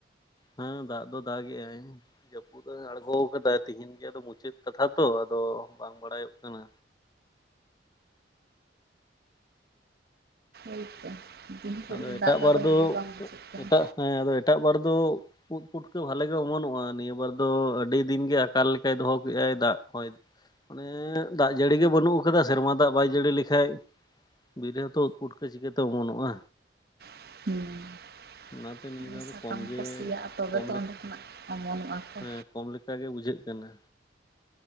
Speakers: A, on the left (about 20°); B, on the right (about 55°).
A: ᱦᱮᱸ ᱫᱟᱜ ᱫᱚ ᱫᱟᱜ ᱮᱼᱟᱭ ᱡᱟᱹᱯᱩᱫ ᱮ ᱟᱬᱜᱚ ᱟᱠᱟᱫᱟ ᱛᱤᱦᱤᱧ ᱜᱮ ᱢᱩᱪᱟᱹᱫ ᱠᱟᱛᱷᱟ ᱛᱚ ᱟᱫᱚ ᱵᱟᱝ ᱵᱟᱲᱟᱭᱚᱜ ᱠᱟᱱᱟ
B: <unintelligible> ᱠᱷᱚᱡ
A: ᱟᱫᱚ
B: ᱜᱮ
A: ᱮᱴᱟᱜ
B: ᱫᱟᱜ ᱫᱟᱜ
A: ᱵᱟᱨ
B: ᱟᱫᱚ
A: ᱫᱚ
B: ᱵᱷᱟᱜᱤ ᱵᱟᱝ ᱵᱩᱡᱷᱟᱹᱜ ᱠᱟᱱᱟ
A: ᱮᱴᱟᱜ ᱦᱮᱸ ᱟᱫᱚ ᱮᱴᱟᱜ ᱵᱟᱨ ᱫᱚ ᱩᱫ ᱯᱩᱴᱟᱠᱟ. ᱵᱷᱟᱮᱜᱮ ᱜᱮ ᱚᱢᱚᱱᱚᱜᱼᱟ ᱱᱤᱭᱟᱹ ᱵᱟᱨ ᱫᱚ ᱟᱹᱰᱤ ᱫᱤᱱ ᱜᱮ ᱟᱠᱟᱞ ᱞᱮᱠᱟᱭ ᱫᱚᱦᱚ ᱠᱮᱫ ᱟᱭ ᱫᱟᱜ ᱦᱚᱭ ᱢᱟᱱᱮ ᱫᱟᱜ ᱡᱟᱹᱲᱤ ᱜᱮ ᱵᱟᱹᱱᱩᱜ ᱟᱠᱟᱫᱟ ᱥᱮᱨᱢᱟ ᱫᱟᱜ ᱵᱟᱭ ᱡᱟᱹᱲᱤ ᱞᱮᱠᱷᱟᱡ ᱵᱤᱨ ᱦᱚᱸᱛᱚ ᱩᱫ ᱯᱩᱴᱠᱟᱹ ᱪᱤᱠᱟᱹᱛᱮ ᱚᱢᱚᱱᱚᱜᱼᱟ
B: ᱦᱮᱸ <inaudible>
A: ᱚᱱᱟᱛᱮ ᱱᱤᱭᱟᱹ ᱫᱷᱟᱣ
B: <unintelligible> ᱥᱟᱠᱟᱢ
A: ᱠᱚᱢ ᱜᱮ
B: ᱠᱚ ᱥᱤᱭᱟᱼᱟ ᱛᱚᱵᱮ
A: ᱠᱚᱢ
B: ᱛᱚ
A: ᱞᱮᱠ
B: ᱚᱸᱰᱮ ᱠᱷᱚᱱᱟᱜ ᱚᱢᱚᱱᱚᱜᱼᱟᱚ
A: ᱦᱮᱸ ᱠᱚᱢ ᱞᱮᱠᱟ ᱜᱮ ᱵᱩᱡᱷᱟᱹᱜ ᱠᱟᱱᱟ